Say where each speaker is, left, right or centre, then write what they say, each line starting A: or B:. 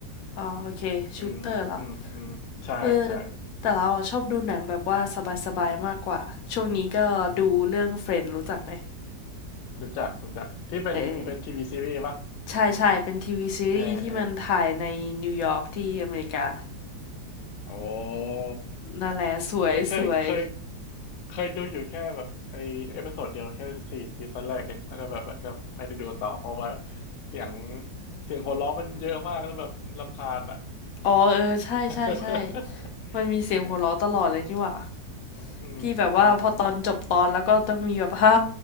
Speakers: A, on the left; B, on the left.
A: อ๋อ โอเคชูเตอร์เหรอ
B: อืมอืมอืมใช่ใช่
A: เออ แต่เราอะชอบดูหนังแบบว่าสบายๆมากกว่า ช่วงนี้ก็ดูเรื่องเฟรนด์รู้จักไหม
B: รู้จักรู้จักที่เป็นเป็นทีวีซีรีส์ปะ
A: เออใช่ใช่เป็นทีวีซีรีส์ที่มันถ่ายในนิวยอร์กที่อเมริกา
B: เออเออโอ้
A: นั่นแหละสวยสวย
B: ไม่เคยเคยเคยดูอยู่แค่แบบไอเอพิโซดเดียวแค่สี่ซีซั่นแรกเองแล้วก็แบบมันก็ไม่ได้ดูต่อเพราะว่าเสียงเสียงหัวเราะมันเยอะมากแล้วแบบรำคาญอ่ะ
A: อ๋อเออใช่ใช่ใช่
B: <laughs>
A: มันมีเสียงหัวเราะตลอดเลยนี่หว่า
B: เอออืมอืมอืม
A: ที่แบบว่าพอตอนจบตอนแล้วก็ต้องมีแบบ <laughs> ฮ่า